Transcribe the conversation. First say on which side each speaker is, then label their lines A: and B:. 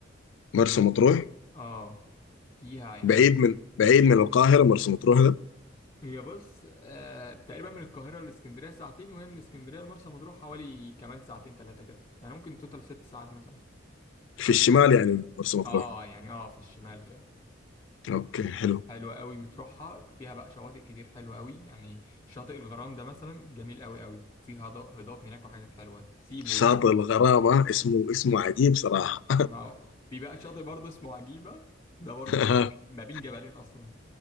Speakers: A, on the left; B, on the left.
A: مرسى مطروح
B: اه فيها يعني
A: بعيد من بعيد من القاهرة مرسى مطروح ده
B: هي بص آه تقريبا من القاهرة لإسكندرية ساعتين وهي من إسكندرية لمرسى مطروح حوالي كمان ساعتين تلاتة كده يعني ممكن توتال ست ساعات مثلا
A: في الشمال يعني مرسى مطروح
B: اه يعني اه في الشمال كده
A: اوكي حلو
B: حلوة قوي بتروحها فيها بقى شواطئ كتير حلوة قوي يعني شاطئ الغرام ده مثلا جميل قوي قوي في هضا- هضاب هناك وحاجات حلوة تسيبه
A: شاطئ
B: وتروح
A: الغرامة اسمه اسمه عجيب صراحة
B: اه في بقى شاطئ برضه اسمه عجيبة ده برضه
A: <laughs>
B: جميل ما بين جبلين أصلا